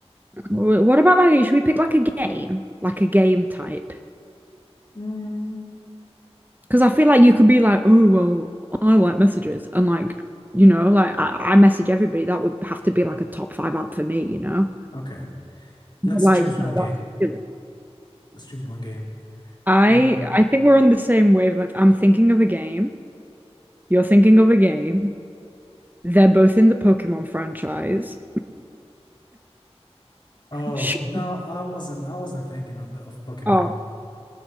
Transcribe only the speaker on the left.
Mm,
okay, let's
choose one
game.
Let's choose one game.
Mm.
Oh
no, I wasn't. I wasn't thinking of the of Pokemon
Go.